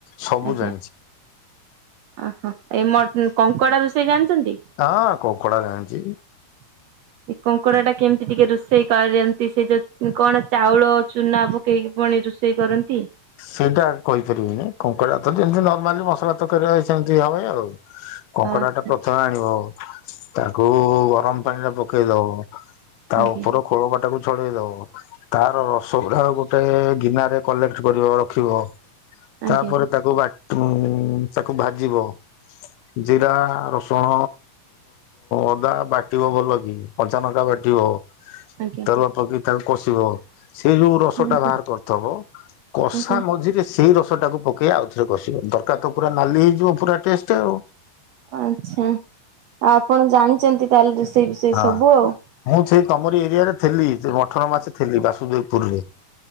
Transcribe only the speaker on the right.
ଆଜ୍ଞା
ଓହୋ ଏ ମ କଙ୍କଡା ରୋଷେଇ ଜାଣିଛନ୍ତି?
ହ <inaudible> କଙ୍କଡ଼ା ଟା କେମିତି ଟିକେ ରୋଷେଇ କର ଯେମିତି ସେ ଯୋଉ କଣ ଚାଉଳ ଚୁନା ଦେଇକି ପଳେଇଚୁ ସିଏ କରନ୍ତି।
ଆଚ୍ଛା
ଆଜ୍ଞା
ଆଜ୍ଞା
ଆଜ୍ଞା
ଆଜ୍ଞା
ଆଜ୍ଞା।
ଆଚ୍ଛାଂ ଆଉ ଆପଣ ଜାଣିଚନ୍ତି ତାହେଲେ ରୁଷେଇ ପୁଷେଇ
ସବୁ ଆଉ।